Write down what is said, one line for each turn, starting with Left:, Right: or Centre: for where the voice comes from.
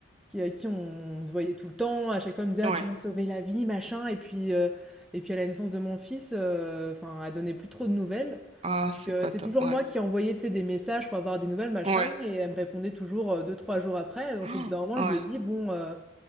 Centre: qui, à qui on, se voyait tout le temps, à chaque fois elle me disait Ah,
Right: ouais.
Centre: tu m'as sauvé la vie, machin, et puis, euh, et puis à la naissance de mon fils, euh, enfin, elle donnait plus trop de nouvelles.
Right: Ah,
Centre: Donc
Right: c'est
Centre: euh,
Right: pas
Centre: c'est
Right: top.
Centre: toujours
Right: Ouais.
Centre: moi qui envoyais tu sais, des messages pour avoir des nouvelles, machin,
Right: Ouais.
Centre: et elle me répondait toujours euh, deux, trois jours après. Donc
Right: Ah,
Centre: au bout d'un moment,
Right: Ouais.
Centre: je lui ai dit, bon, euh,